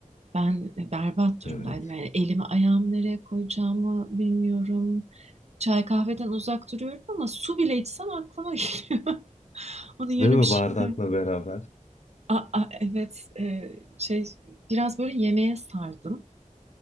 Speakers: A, on the right; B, on the left.
A: ben e, berbat
B: Evet.
A: durumdaydım. Yani elimi ayağımı nereye koyacağımı bilmiyorum. Çay kahveden uzak duruyorum ama su bile içsem aklıma <laughs> geliyor. Onun yerine
B: Değil mi
A: bir
B: bardakla
A: şeyler.
B: beraber?
A: Aa, aa, evet e, şey biraz böyle yemeğe sardım.